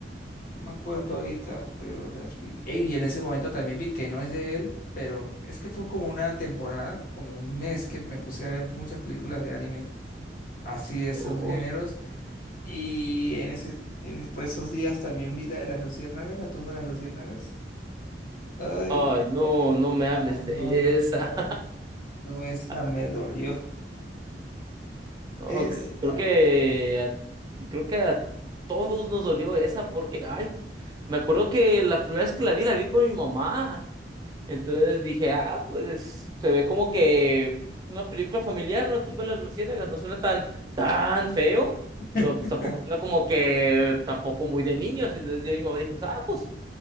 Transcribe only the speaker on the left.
No me acuerdo ahorita, pero las vi. Ey, y en ese momento también vi que no es de él, pero es que fue como una temporada, como un mes que me puse a ver muchas películas de anime, así de esos
géneros. Y en ese, en, es- por esos días también vi la de las luciérnagas, la tumba de las luciérnagas. Ay,
no, no,
no,
no. No, esa
me dolió.
Esa
me...
<laughs>